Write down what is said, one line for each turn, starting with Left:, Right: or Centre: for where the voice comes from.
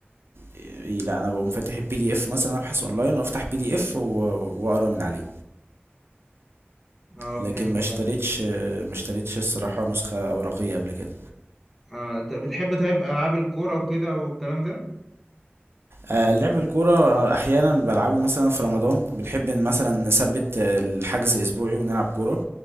Right: إيه لا انا بقوم فاتح البي دي اف مثلا ابحث اونلاين وافتح بي دي اف و- واقرا من عليه
Centre: اه
Right: لكن
Centre: فهمتك
Right: ما اشتريتش
Centre: اه
Right: آه، ما اشتريتش الصراحة نسخة ورقية قبل كده
Centre: آه، انت بتحب طيب العاب الكوره وكده والكلام ده
Right: آه، لعب الكورة آه، احيانا بلعبه مثلا في رمضان بنحب إن مثلا نثبت آه، الحجز اسبوعي ونلعب كورة